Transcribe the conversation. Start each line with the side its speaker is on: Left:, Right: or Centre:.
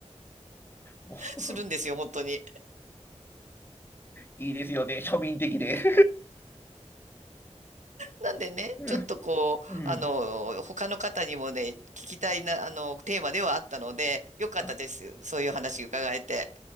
Left: もう
Right: <laughs> するんですよ、本当に。
Left: いいですよね。庶民的で。<laughs>
Right: なんでね、
Left: うん。
Right: ちょっとこう、
Left: うん
Right: あの、他の方にもね、聞きたいな、あの、テーマではあったので、よかったです。
Left: あ
Right: そういう話伺えて。
Left: あ